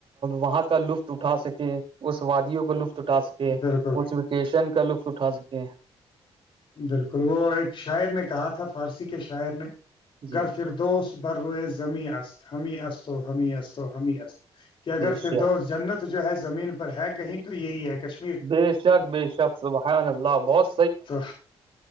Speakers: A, on the right (about 55°); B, on the left (about 50°).
A: وہاں کا لطف اٹھا سکیں اس وادیوں کا لطف اٹھا سکیں کہ
B: بالکل
A: اس ویکیشن کا لطف اٹھا سکیں
B: بالکل وہ ایک شاعر نے کہا تھا فارسی کے شاعر نے
A: جی
B: گھر
A: جی
B: پھر دوست بھر روئے زمیں اس ہمیں اسو ہمیں اسو ہمیں اس کہ اگر
A: بے
B: فردوس
A: شک
B: جنت جو ہے زمین پر ہے کہیں تو یہی ہے کشم
A: بے شک بے شک صبحان اللہ باس
B: تو